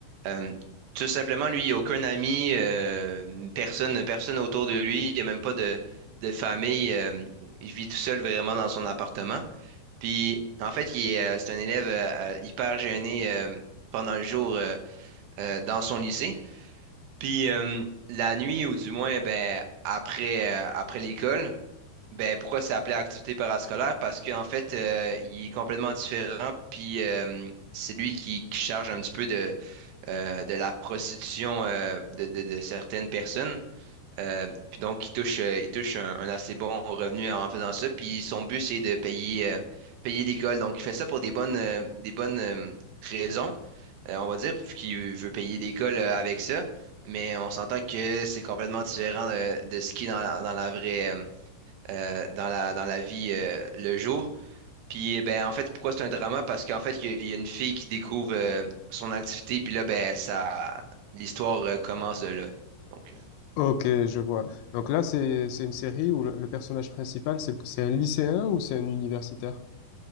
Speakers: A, on the right; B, on the left.
A: Euh, tout simplement, lui, il n'a aucun ami, euh, personne, personne autour de lui, il n'y a même pas de, de famille. euh, il vit tout seul vraiment dans son appartement. Puis, en fait, il est, euh, c'est un élève euh, euh, hyper gêné euh, pendant le jour euh, euh, dans son lycée. Puis, euh, la nuit, ou du moins, ben, après, euh, après l'école, ben, pourquoi c'est appelé activité parascolaire? Parce qu'en fait, euh, il est complètement différent, puis euh, c'est lui qui, qui charge un petit peu de, euh, de la prostitution euh, de, de- de certaines personnes. Euh, puis donc, il touche, euh, il touche un, un assez bon revenu en faisant ça. Puis son but, c'est de payer, euh, payer l'école. Donc, il fait ça pour des bonnes, euh, des bonnes euh, raisons, euh, on va dire, qu'il veut payer l'école euh, avec ça. Mais on s'entend que c'est complètement différent de, de ce qui est dans, la- dans la vraie. euh, euh, dans la, dans la vie euh, le jour. Puis, eh ben, en fait, pourquoi c'est un drama? Parce qu'en fait, il y, a il y a une fille qui découvre euh, son activité, puis là, ben, ça, l'histoire euh, commence de là. Donc, euh,
B: Ok, je vois. Donc là, c'est c'est une série où le, le personnage principal, c'est c'est un lycéen ou c'est un universitaire?